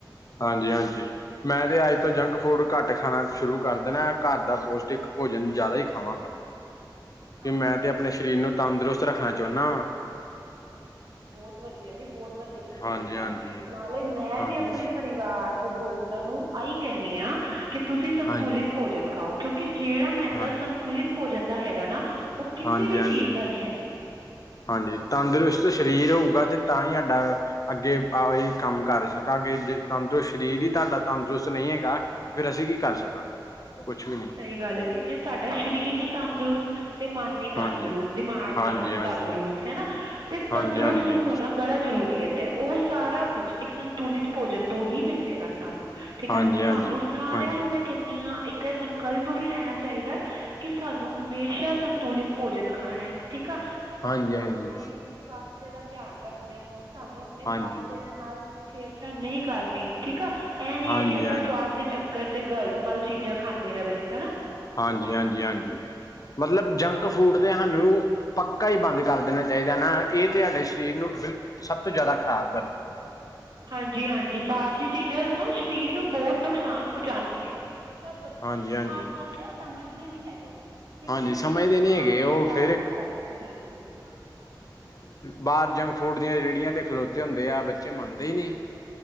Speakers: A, on the left; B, on the right.
A: ਹਾਂਜੀ ਹਾਂਜੀ ਮੈਂ ਤੇ ਅੱਜ ਤੋਂ ਜੰਕ ਫੂਡ ਘੱਟ ਖਾਣਾ ਸ਼ੁਰੂ ਕਰ ਦੇਣਾ ਘਰ ਦਾ ਪੌਸ਼ਟਿਕ ਭੋਜਨ ਜ਼ਿਆਦਾ ਹੀ ਖਾਵਾਂਗਾ
B: <unintelligible>
A: ਕਿ ਮੈਂ
B: ਹਾਂਜੀ
A: ਤੇ ਆਪਣੇ ਸ਼ਰੀਰ ਨੂੰ ਤੰਦਰੁਸਤ ਰੱਖਣਾ ਚਾਉਂਨਾ ਵਾਂ।
B: ਬਹੁਤ ਵਧੀਆ ਜੀ ਬਹੁਤ ਵਧੀਆ ਤੁਸੀਂ
A: ਹਾਂਜੀ
B: ਸੋਚਿਆ,
A: ਹਾਂਜੀ
B: ਨਾਲੇ ਮੈਂ
A: ਹਾਂਜੀ
B: ਵੀ ਆਪਣੇ ਪਰਿਵਾਰ ਪਰਿਵਾਰ ਤੇ ਦੋਸਤਾਂ ਨੂੰ ਆਹੀ ਕਹਿਨੀ ਆ, ਕਿ ਤੁਸੀਂ ਸੰਤੁਲਿਤ
A: ਹਾਂਜੀ
B: ਭੋਜਨ ਖਾਓ ਕਿਉਂ ਕਿ ਜਿਹੜਾ ਮਹੱਤਵ
A: ਹਾਂ
B: ਸੰਤੁਲਿਤ ਭੋਜਨ ਦਾ ਹੈਗਾ ਨਾ, ਉਹ ਕਿਸੇ
A: ਹਾਂਜੀ
B: ਵੀ
A: ਹਾਂਜੀ
B: ਚੀਜ਼ ਦਾ ਨਹੀਂ ਹੈਗਾ।
A: ਹਾਂਜੀ ਤੰਦਰੁਸਤ ਸਰੀਰ ਹੋਊਗਾ, ਤੇ ਤਾਂ ਹੀ ਆਡਾ ਅੱਗੇ ਆ ਹੀ ਕੰਮ ਕਰ ਸਕਾਂਗੇ, ਜੇ ਤੰਦਰੁਸਤ ਸਰੀਰ ਹੀ ਤੁਹਾਡਾ ਤੰਦਰੁਸਤ ਨਹੀਂ ਹੈਗਾ। ਫਿਰ ਅਸੀਂ ਕੀ ਕਰ ਸਕਾਂਗੇ, ਕੁਛ ਵੀ ਨਹੀਂ।
B: ਸਹੀ ਗੱਲ ਹੈ ਜੀ, ਜੇ ਸਾਡਾ ਸ਼ਰੀਰ ਨੀ ਤੰਦਰੁਸਤ ਤੇ ਮਨ ਨੀ ਤੰਦਰੁਸਤ
A: ਹਾਂਜੀ
B: ਦਿਮਾਗ
A: ਹਾਂਜੀ
B: ਨੀ ਸਾ
A: ਹਾਂਜੀ
B: ਤੰਦਰੁਸਤ
A: ਹਾਂਜੀ
B: ਹੈਨਾ, ਤੇ
A: ਹਾਂਜੀ
B: ਤੰਦਰੁਸਤ ਹੋਣਾ ਬੜਾ ਜ਼ਰੂਰੀ ਹੈ ਤੇ ਉਹ ਸਾਰਾ ਕੁਛ ਇੱਕ ਸੰਤੁਲਿਤ ਭੋਜਨ ਤੋਂ ਹੀ ਮਿਲੇਗਾ ਸਾਨੂੰ। ਠੀਕ
A: ਹਾਂਜੀ
B: ਆ
A: ਹਾਂਜੀ
B: ਸਾਨੂੰ ਸਾਰਿਆਂ
A: ਹਾਂਜੀ
B: ਨੂੰ ਮੈਂ ਕਹਿਨੀ ਆ ਇੱਕ ਕਲਪ ਵੀ ਲੈਣਾ ਚਾਹੀਦਾ, ਕਿ ਸਾਨੂੰ ਹਮੇਸ਼ਾ ਸੰਤੁਲਿਤ ਭੋਜਨ ਖਾਣਾ ਹੈ ਠੀਕ ਆ। ਸਾਨੂੰ
A: ਹਾਂਜੀ-ਹਾਂਜੀ।
B: ਆਪਣੇ ਸਵਾਸਥ ਦਾ ਧਿਆਨ ਰੱਖਣਾ, ਸਾਨੂੰ ਆਪਣੇ
A: ਹਾਂਜੀ,
B: ਸਵਾਸਥ ਦੇ ਨਾਲ ਛੇੜਛਾੜ ਨਹੀਂ ਕਰਨੀ ਠੀਕ ਆ, ਇਹ ਨੀ
A: ਹਾਂਜੀ,
B: ਹੈ ਕਿ, ਆਪਾਂ
A: ਹਾਂਜੀ,
B: ਸਵਾਦ ਦੇ ਚੱਕਰ ਚ ਗ਼ਲਤ ਮਲਤ ਚੀਜ਼ਾਂ ਖਾਂਦੇ ਰਵੇ ਹੈ ਨਾ
A: ਹਾਂਜੀ-ਹਾਂਜੀ-ਹਾਂਜੀ ਮਤਲਬ
B: ਆਸਾ
A: ਜੰਕ ਫੂਡ। ਸਾਨੂੰ ਪੱਕਾ ਹੀ ਬੰਦ ਕਰ ਦੇਣਾ ਚਾਹੀਦਾ ਨਾ, ਇਹ ਤੁਹਾਡੇ ਸਰੀਰ ਨੂੰ ਬਿਲਕੁਲ ਸਭ ਤੋਂ ਜ਼ਿਆਦਾ ਖ਼ਰਾਬ ਕਰਦੇ।
B: ਹਾਂਜੀ-ਹਾਂਜੀ, ਬਾਹਰ ਦੀ ਚੀਜ਼ਾਂ ਨਾ ਸਰੀਰ ਨੂੰ ਬਹੁਤ ਨੁਕਸਾਨ ਪਹੁੰਚਾਉਂਦੀ ਹੈ। ਤਾਂ ਬੱਚੇ
A: ਹਾਂਜੀ-ਹਾਂਜੀ,
B: ਆਹ
A: ਹਾਂਜੀ
B: ਗੱਲ ਨੂੰ ਸਮਝਦੇ ਨੀ ਹੈਗੇ। ਕਿ
A: ਹਾਂਜੀ
B: ਕਿੰਨੀ
A: ਸਮਝਦੇ
B: ਨੁਕਸਾਨ
A: ਨੀ ਹੈਗੇ ਓ
B: ਕੁਝ
A: ਫੇਰ
B: ਆ ਰਹੀ ਹੈ, ਸਾਡੇ ਸਰੀਰ ਨੂੰ।
A: ਬਾਹਰ ਜੰਕ ਫੂਡ ਦੀਆਂ ਰੇਹੜੀਆਂ ਤਾਂ ਖਲੋਤੇ ਹੁੰਦੇ ਆ, ਬੱਚੇ ਮੰਨਦੇ ਹੀ ਨਹੀਂ।